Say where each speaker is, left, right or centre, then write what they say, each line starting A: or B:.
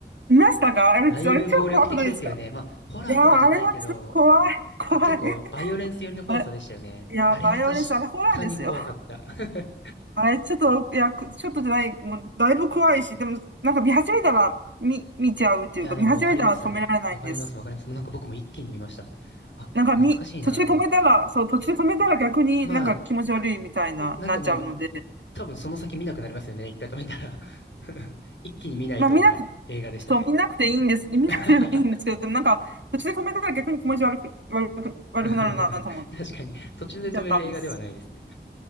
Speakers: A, on the right; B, on the left.
A: 見ましたかあれ、あれ超怖くないですか
B: だいぶ暴力的ですよね。まあ、ホラーとかじゃないけど、
A: いやー、あれはちょっと怖い、怖い。
B: なんか結構バイオレンス寄りの怖さでしたよね。
A: あれ、いやー、
B: あれは確
A: バイオレンス、あれホラーですよ。
B: かに怖かった。<laughs>
A: あれ、ちょっと、いや、くちょっとじゃない、もう、だいぶ怖いし、でも、なんか見始めたら、見、見ちゃうっていうか、
B: いや、でもわかります。
A: 見始めたら止められないんです。
B: わかります、わかります。もうなんか僕も一気に見ました。あ、
A: なんか、
B: 懐かしいな。
A: 見、途中で止めたら、
B: なんか、
A: そう、途中で止めたら逆になんか気持ち悪いみたいな、
B: まあ、なんかもう
A: なっちゃうので、
B: 多分その先見なくなりますよね。一回止めたら <laughs> 一気に見ないとない映画でしたね。
A: まあ、見なく、そう、見なくていいんです。見なくていいんですけど、
B: <laughs>
A: でもなんか、途中で止めたら逆に気持ち悪く、悪く、悪くなるなと思って、
B: 確かに、途中で止める映画ではないですね。
A: 見ちゃったんです。